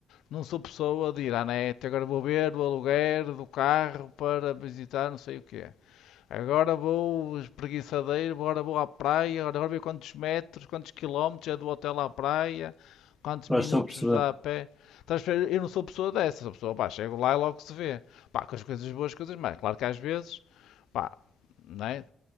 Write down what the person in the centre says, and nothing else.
vais
só perceber.